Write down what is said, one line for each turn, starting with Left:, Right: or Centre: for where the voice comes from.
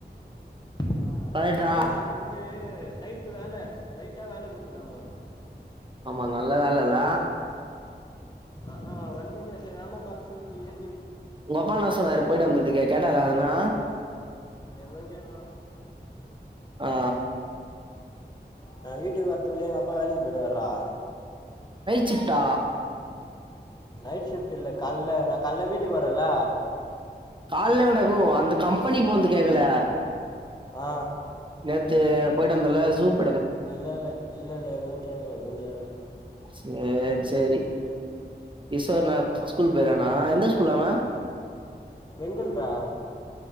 Left: ஆ,
Right: கரெக்டா
Left: ரெண்டாவது நாள் வந்து டைட் வேல டைட்டா வேலை கொடுத்துட்டாங்க
Right: ஆமா நல்ல வேலல்ல
Left: அ ஆ வண்டியில சரியான பாக்ஸ் ஊட்டி ஏ
Right: உங்க அப்பா என்னா சொன்னாரு போயிட்டு வந்ததுக்கு கேட்டாரா எதனா
Left: எதுவும் கேட்கல
Right: ஆ
Left: நா வீட்டுக்கு வரதுக்குள்ள எங்க அப்பா வேலைக் போய்டுவரா
Right: சிட்டா
Left: நைட் ஷிஃப்ட் இல்ல காலைல நான் கால வீட்டுக்கு வரேல
Right: காலலங்டகு அந்த கம்பெனி போந்து கேக்கல
Left: ஆ
Right: நேத்து போயிட்டு வந்தல சூப்
Left: இல்ல இல்ல இல்ல இல்ல எதுவும் கேக்கல எதுவும் கேக்கல
Right: சேரி சேரி கிஷோர்னா ஸ்கூல் போயிருக்கானா எந்த ஸ்கூல் அவன்
Left: வெங்கல்டா